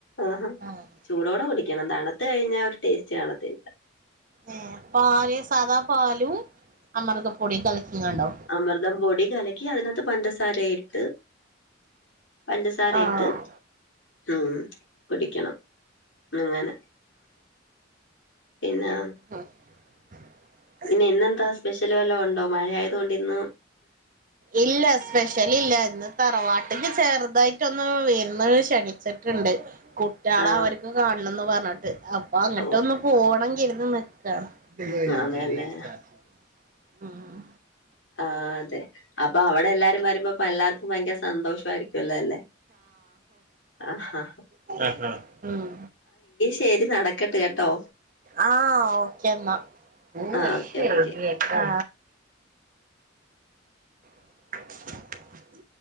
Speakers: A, on the left; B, on the right.
A: ആഹാ
B: ആഹ്
A: ചൂടോടെ കുടിക്കണം തണ്ത്ത് കയിഞ്ഞാ ഒര്ടേസ്റ്റ് കാണത്തില്ല.
B: ഏ പാല് സാദാ പാലും അമൃതപ്പൊടീം കലക്കീങ്ങാണ്ടോ?
A: അമൃതം പൊടി കലക്കി അതിനത്ത് പഞ്ചസാര ഇട്ട് പഞ്ചസാരയിട്ട്
B: ആഹ്
A: ഉം കുടിക്കണം. അങ്ങനെ പിന്നെ?
B: ആഹ്
A: പിന്നെ ഇന്നെന്താ സ്പെഷ്യല് വല്ലോം ഉണ്ടോ? മഴ ആയത് കൊണ്ട് ഇന്ന്‌.
B: ഇല്ല സ്പെഷ്യൽ ഇല്ല ഇന്ന് തറവാട്ടിൽ ചെറുതായിട്ടൊന്ന് വിരിന്നിന് ക്ഷണി സെറ്റ്ണ്ട് കു <unintelligible>
A: ആഹ്
B: അവര്ക്ക് കാണണംന്ന് പറഞ്ഞിട്ട്. അപ്പൊ അങ്ങട്ട്
A: ഓ
B: ഒന്ന് പോണം കരുതന്ന്. <unintelligible>
A: അതെല്ലേ
B: ഉം.
A: ആ അതെ. അപ്പൊ അവിടെ എല്ലാരും വരുമ്പോ <unintelligible> ഭയങ്കര സന്തോഷ ആയിരിക്കുംല്ലോല്ലേ. ആഹഹ
B: <unintelligible> മം.
A: ശരി നടക്കട്ടെ കേട്ടോ
B: ആ ഓക്കെന്ന. <unintelligible>
A: ആ ഓക്കെ ഓക്കെ
B: ആ <inaudible>